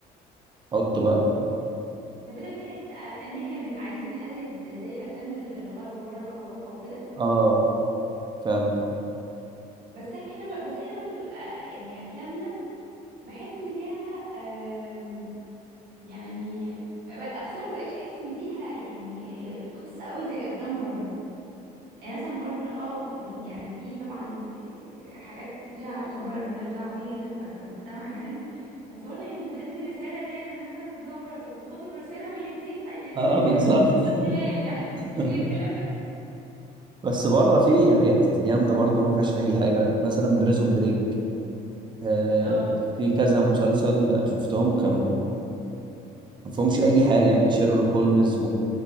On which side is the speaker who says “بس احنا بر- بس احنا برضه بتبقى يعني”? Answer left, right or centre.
Right